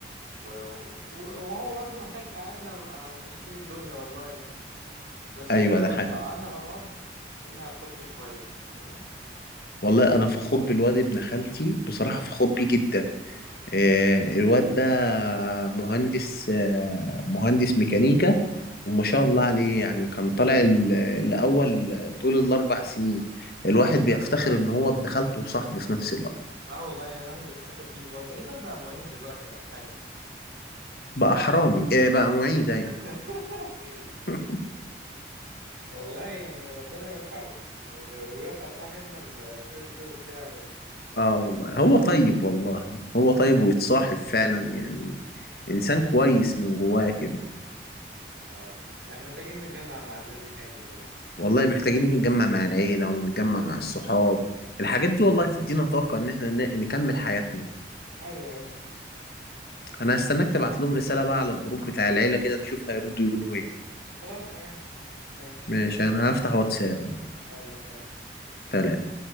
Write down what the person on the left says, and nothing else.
ايوه
ده حقيقي
والله انا فخور بالواد ابن خالتي بصراحه فخور بيه جدا آه، الواد ده مهندس آه، مهندس ميكانيكا وما شاء الله عليه يعني كان طالع ال- الأول طول الأربع سنين الواحد بيفتخر إن هو ابن خالته وصاحبه في نفس الوقت
بقى حرامي إيه بقى معيد أيوة
<laughs>
آه والله هو طيب والله هو طيب ويتصاحب فعلا يعني إنسان كويس من جواه كده
والله محتاجين نتجمع مع العيلة ونتجمع مع الصحاب الحاجات دي والله هتدينا طاقة إن إحنا ن- نكمل حياتنا
أنا هستناك تبعت لهم رسالة بقى على الجروب بتاع العيلة كده نشوف هيردوا يقولوا إيه
ماشي أنا هفتح واتساب أهو
سلام